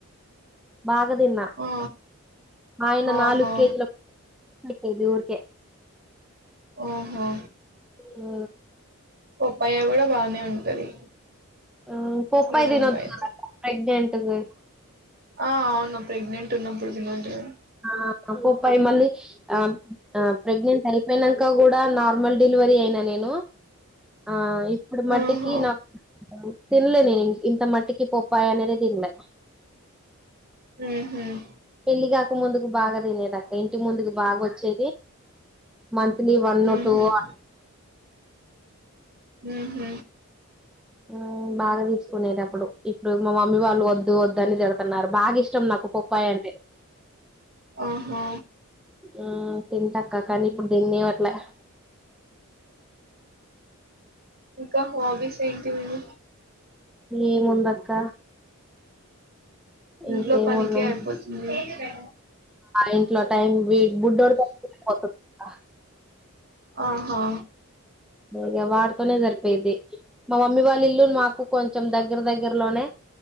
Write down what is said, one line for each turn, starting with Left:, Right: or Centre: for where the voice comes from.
Centre: బాగా దిన్నా.
Right: ఆ!
Centre: ఆయన
Right: ఆహా!
Centre: నాలుగు కేజీల ఏదో ఊర్కే.
Right: ఓహో
Centre: ఓ
Right: ప్పయ గూడా బానే ఉంటది.
Centre: ఆ పొప్పయ
Right: సీజన్‌లో
Centre: దినొద్దు
Right: అయితే.
Centre: గదా ప్రెగ్నెంట్. నువయ్
Right: ఆ, అవును! ప్రెగ్నెంట్ ఉన్నప్పుడు దినొద్దు గద.
Centre: ఆ అ పొపాయ్ మళ్ళీ ఆ ఆ ప్రెగ్నెంట్ ఐ పెనక గూడా నార్మల్ డెలివరీ అయిన నేను. ఆ, ఇప్పుడు మట్టికి
Right: ఆహా!
Centre: నాకు. తిన్లే నేను ఇం, ఇంత మట్టికి పోప్పయ అనేదే తిన్లే.
Right: ఊహ్మ్!
Centre: పెళ్లిగాక ముందుకు బాగా తినేదా. ఇంటి ముందుకు బాగొచ్చేది. మంత్లీ వన్
Right: హుహు.
Centre: టు ఆ
Right: ఊహ్మ్
Centre: ఊమ్ బాగా దీసుకునేది అప్పుడు, ఇప్పుడు మా మమ్మీ వాళ్ళు ఒద్దు ఒద్దు అని దిడతున్నారు బాగా ఇష్ ష్టం నాకు పొప్పాయి అంటే.
Right: ఆహ!
Centre: ఆ తింటక్క, కానీ ఇప్పుడు దినీవట్లె.
Right: గ హాబీస్ ఏంటి మ్యూ
Centre: ఏముందక్క
Right: ఇంట్లో
Centre: ఇంకేమున్నాయి
Right: పనినికి అయిపోతుంది ఆ
Centre: ఇంట్లో టైం బుడోడితోపోతుంది ఆ
Right: ఆహా
Centre: ఇగ వాడుతోనే సరిపో పోయేది మా మమ్మీ వాళ్ళ ఇల్లు మాకు కొంచెం దగ్గర దగ్గరలోనే